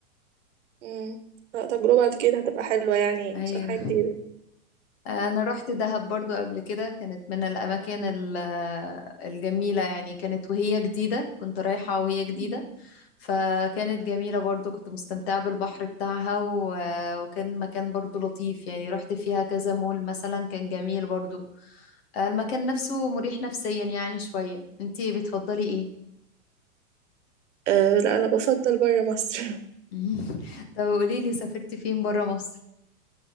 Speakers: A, on the right; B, on the left.
A: مم. لا، تجربة كده هتبقى حلوة يعني
B: ايوه
A: عشان حاجة جديدة
B: انا رحت دهب برضو قبل كده كانت من الاماكن ال- الجميله يعني كانت وهي جديده كنت رايحه وهي جديده
A: مم.
B: فكانت جميله برضو كنت مستمتعه بالبحر بتاعها و- وكان مكان برضو لطيف يعني رحت فيها كذا مول مثلا كان جميل برضو المكان نفسه مريح نفسيا يعني شويه انتي بتفضلي ايه
A: أه لا أنا بفضل بره مصر <laughs>
B: <laughs> طب قوليلي سافرتي فين برا مصر